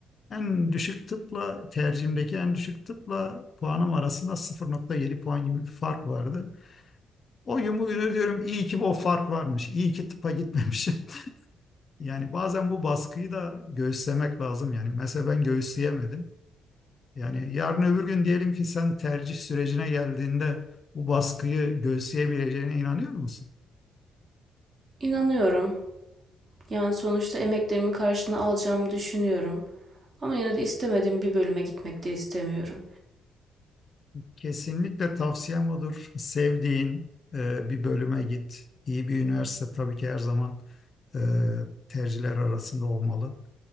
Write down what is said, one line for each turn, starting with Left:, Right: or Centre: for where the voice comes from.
Left: En düşük tıpla tercihimdeki en düşük tıpla puanım arasında 0.7 puan gibi bir fark vardı. O yumru diyorum iyi ki o fark varmış. iyi ki tıpa gitmemişim. <laughs> Yani bazen bu baskıyı da göğüslemek lazım. Yani mesela ben göğüsleyemedim. Yani yarın öbür gün diyelim ki sen tercih sürecine geldiğinde bu baskıyı göğüsleyebileceğine inanıyor musun?
Right: İnanıyorum. Yani sonuçta emeklerimin karşılığını alacağımı düşünüyorum. Ama yine de istemediğim bir bölüme gitmek de istemiyorum.
Left: Kesinlikle tavsiyem odur. Sevdiğin e, bir bölüme git. İyi bir üniversite tabii ki her zaman e, tercihler arasında olmalı.